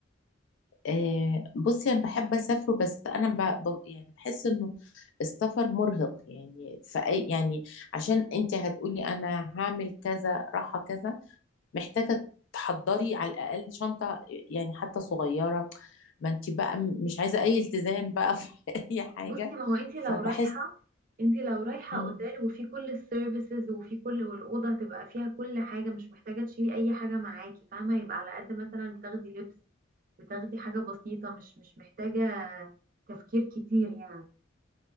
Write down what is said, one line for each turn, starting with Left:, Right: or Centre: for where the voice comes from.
Left: آه، بصي انا بحب اسافر بس انا ب... ب... يعني بحس انه السفر مرهق يعني فأي يعني عشان انت هتقولي انا هعمل كذا راحة كذا محتاجة تحضري على الاقل شنطة يعني حتى صغيرة ما انت بقى م- مش عايزة اي التزام بقى <laughs> في اي حاجة
Right: بصي ما هو انت لو
Left: فبحس
Right: رايحه انت لو رايحه
Left: مم.
Right: اوتيل وفي كل السيرفيسز وفي كل والاوضه هتبقى فيها كل حاجه مش محتاجه تشيلي اي حاجه معاكي فاهمه يبقى على قد مثلا بتاخدي لبس بتاخدي حاجه بسيطه مش مش محتاجه تفكير كتير يعني